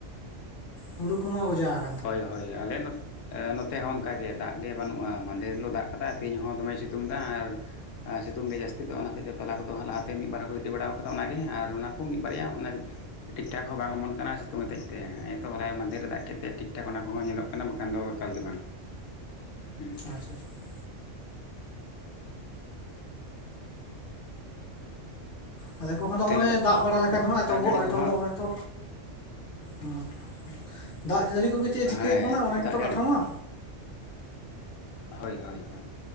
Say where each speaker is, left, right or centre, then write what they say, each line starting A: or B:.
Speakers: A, on the left (about 50°); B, on the left (about 90°).
A: ᱦᱩᱲᱩ ᱠᱚᱢᱟ ᱵᱟᱡᱟᱴ
B: ᱦᱳᱭ ᱦᱳᱭ ᱟᱞᱮ ᱱᱚᱛ ᱮᱸ ᱱᱚᱛᱮ ᱦᱚᱸ ᱚᱱᱠᱟᱜᱮ ᱫᱟᱜ ᱜᱮ ᱵᱟᱹᱱᱩᱜᱼᱟ, ᱢᱟᱱᱫᱮᱨ ᱦᱤᱞᱚᱜ ᱫᱟᱜ ᱠᱟᱫᱟ ᱛᱮᱦᱧ ᱫᱚᱢᱮ ᱥᱤᱛᱩᱝ ᱫᱟᱭ ᱟᱨ ᱟᱸ ᱥᱤᱛᱩᱝ ᱜᱮ ᱡᱟᱹᱥᱛᱤ ᱫᱚ ᱚᱱᱟᱛᱮ ᱛᱚᱞᱟ ᱠᱚᱫᱚ ᱞᱟᱦᱟᱛᱮ ᱢᱤᱫ ᱵᱟᱨᱠᱚ ᱤᱫᱤ ᱵᱟᱲᱟ ᱠᱟᱫᱟ ᱚᱱᱟᱜᱮ ᱟᱨ ᱚᱱᱟ ᱠᱚ ᱢᱤᱫ ᱵᱟᱨᱭᱟ ᱚᱱᱟ ᱴᱷᱤᱠ-ᱴᱷᱟᱠ ᱦᱚᱸ ᱵᱟᱝ ᱚᱢᱚᱱ ᱠᱟᱱᱟ ᱥᱤᱛᱩᱝ ᱦᱚᱛᱮᱡ ᱛᱮ ᱦᱮᱸᱜ-ᱮ ᱛᱚ ᱦᱚᱞᱟᱭ ᱢᱟᱫᱷᱮᱨᱮ ᱫᱟᱜ ᱠᱮᱫ ᱛᱮ ᱴᱷᱤᱠ-ᱴᱷᱟᱠ ᱚᱱᱟ ᱠᱚᱦᱚᱸ ᱧᱮᱞᱚᱜ ᱠᱟᱱᱟ ᱵᱟᱠᱷᱟᱱ ᱫᱚ ᱮᱠᱟᱞ ᱜᱮ ᱵᱟᱝ᱾ ᱦᱩᱸ,
A: <inaudible> ᱟᱞᱮ ᱠᱚᱦᱚᱸ ᱫᱚ ᱦᱚᱸᱜᱼᱚᱭ
B: ᱛᱟᱦᱚᱞᱮ
A: ᱫᱟᱜ ᱵᱟᱲᱟ ᱞᱮᱠᱷᱟᱱ ᱦᱚᱸ ᱮᱛᱚᱵᱚᱜ-ᱟ
B: ᱫᱟᱜ ᱡᱟᱹᱲᱤ
A: ᱮᱛᱚᱵᱚᱜᱼᱟ
B: ᱠᱚᱦᱚᱸ
A: ᱦᱳᱭᱛᱚ᱾ ᱚᱸ, ᱫᱟᱜ ᱡᱟᱹᱲᱤ ᱠᱚᱜᱮ ᱪᱮᱫᱼᱮ
B: ᱦᱮᱸ
A: ᱪᱤᱠᱟᱹᱭᱮᱫ ᱵᱚᱱᱟ ᱚᱱᱟ ᱜᱮᱛᱚ
B: ᱫᱟᱜ ᱡᱟᱹᱲᱤ
A: ᱠᱟᱛᱷᱟ ᱢᱟ᱾
B: ᱦᱳᱭ ᱦᱳᱭ ᱦᱳᱭ,